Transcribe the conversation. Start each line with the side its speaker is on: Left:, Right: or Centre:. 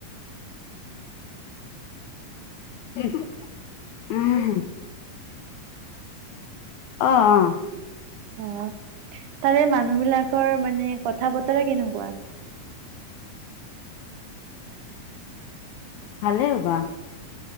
Left: সেটো উ <unintelligible> অঁ অঁ!
Right: অঁ তাৰে মানুহ বিলাকৰ মানে কথা বতৰা কেনেকুৱা?
Left: ভালেই ৰবা